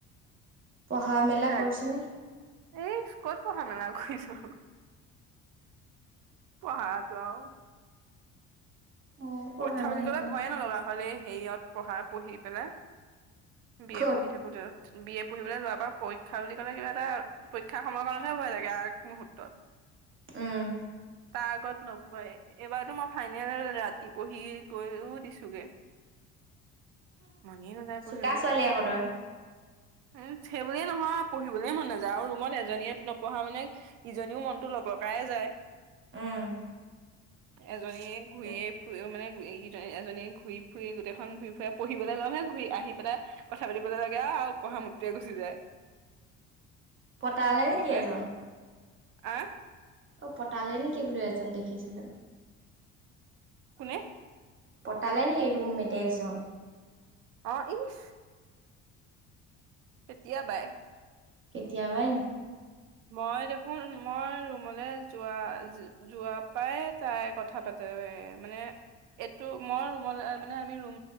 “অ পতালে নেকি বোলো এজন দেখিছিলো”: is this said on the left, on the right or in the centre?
Right